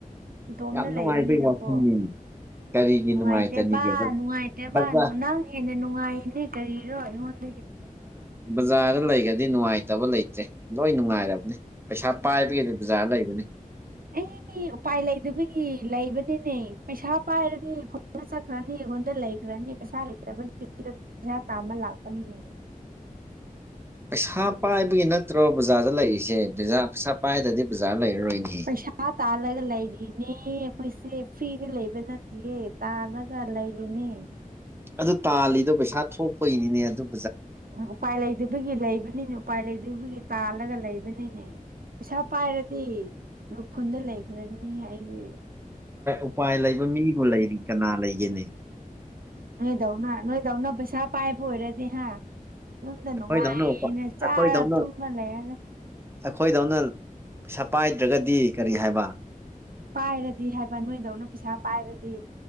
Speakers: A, on the right; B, on the right.
A: ꯏꯇꯣꯝꯗ
B: ꯌꯥꯝ
A: ꯂꯩꯕꯅꯤꯅꯀꯣ
B: ꯅꯨꯡꯉꯥꯏꯕꯩ ꯋꯥꯐꯝꯅꯤꯅꯦ ꯀꯔꯤꯒꯤ
A: ꯅꯨꯡꯉꯥꯏꯇꯦꯕ
B: ꯅꯨꯡꯉꯥꯏꯇꯅꯤꯒꯦ
A: ꯅꯨꯡꯉꯥꯏꯇꯦꯕ
B: ꯕꯖꯥꯔ
A: ꯅꯪ ꯍꯦꯟꯅ ꯅꯨꯡꯉꯥꯏꯅꯦ ꯀꯔꯤꯔꯣ ꯑꯩꯉꯣꯟꯗ
B: ꯖꯔ ꯖꯥ ꯂꯩ ꯗꯤ ꯅꯨꯡꯉꯥꯏꯇꯕ ꯂꯩꯇ꯭ꯔꯦ ꯂꯣꯏ ꯅꯨꯡꯉꯥꯏꯔꯕꯅꯦ ꯄꯩꯁꯥ ꯄꯥꯏꯕꯒꯤꯗꯤ ꯕꯖꯥꯔ ꯂꯩꯕꯅꯤ
A: ꯑꯩ ꯎꯄꯥꯏ ꯂꯩꯗꯕꯒꯤ ꯂꯩꯕꯅꯤꯅꯦ ꯄꯩꯁꯥ ꯄꯥꯏꯔꯗꯤ ꯈ ꯆꯠꯈ꯭ꯔꯅꯤ ꯑꯩꯉꯣꯟꯗ ꯂꯩꯈ꯭ꯔꯅꯤ ꯄꯩꯁꯥ ꯂꯩꯕ ꯄꯩꯁꯥ ꯇꯥꯃ ꯂꯥꯛꯄꯅꯤꯅꯦ
B: ꯄꯩꯁꯥ ꯄꯥꯏꯕꯒꯤ ꯅꯠꯇ꯭ꯔꯣ ꯕꯖꯥꯔꯗ ꯂꯩꯔꯤꯁꯦꯥ ꯄꯩꯁꯥ ꯄꯥꯏꯗꯗꯤ ꯕꯖꯥꯔ ꯂꯩꯔꯔꯣꯏꯅꯦꯍꯦ
A: ꯄ꯭ꯔꯁꯥ ꯇ ꯑꯂꯒ ꯂꯩꯒ ꯅꯦ ꯑꯩꯈꯣꯏꯁꯦ ꯐ꯭ꯔꯤꯗ ꯂꯩꯕ ꯅꯠꯇ꯭ꯌꯦ ꯇꯥꯜꯂꯒ ꯂꯩꯔꯤꯅꯦ
B: ꯑꯗꯨ ꯇꯥꯜꯂꯤꯗꯣ ꯄꯩꯁꯥ ꯊꯣꯛꯄꯩꯅꯤꯅꯦ ꯑꯗꯨꯝ
A: ꯎꯄꯥꯏ ꯂꯩꯇꯕꯒꯤ ꯂꯩꯕꯅꯤꯅ ꯎꯄꯥꯏ ꯂꯩꯗꯕꯒꯤ ꯇꯥꯜꯜꯂꯤ ꯆꯠꯂꯒ ꯂꯩꯕꯅꯤꯅꯦ ꯄꯩꯁꯥ ꯄꯥꯏꯔꯗꯤ ꯈꯨꯟꯗ ꯂꯩꯈ꯭ꯔꯅꯤ ꯑꯩꯒꯤ
B: ꯎꯄꯥꯏ ꯂꯩꯕ ꯃꯤꯗꯨ ꯂꯩꯔꯤ ꯀꯅꯥ ꯂꯩꯒꯦꯅꯤ
A: ꯅꯣꯏꯗꯎꯅ ꯅꯣꯏꯗꯧꯅ ꯄꯩꯁꯥ ꯄꯥꯏ ꯄ ꯑꯣꯏꯔꯦꯗꯤꯦ ꯍꯥ ꯌꯨꯝꯗ ꯅꯨꯡꯉꯥꯏꯅꯦ
B: ꯑꯩꯈꯣꯏꯗꯧꯅ ꯎꯄꯥꯏ
A: ꯆꯥꯔ
B: ꯑꯩꯈꯣꯏꯗꯧꯅ
A: ꯇꯨꯝꯃ ꯂꯩꯔꯔꯦ
B: ꯑꯩꯈꯣꯏꯗꯧꯅ ꯄꯩꯁꯥ ꯄꯥꯏꯗ꯭ꯔꯒꯗꯤ ꯀꯔꯤ ꯍꯥꯏꯕ
A: ꯄꯥꯏꯔꯗꯤ ꯍꯥꯏꯕ ꯅꯣꯏꯗꯧꯅ ꯄꯩꯁꯥ ꯄꯥꯏꯔꯗꯤ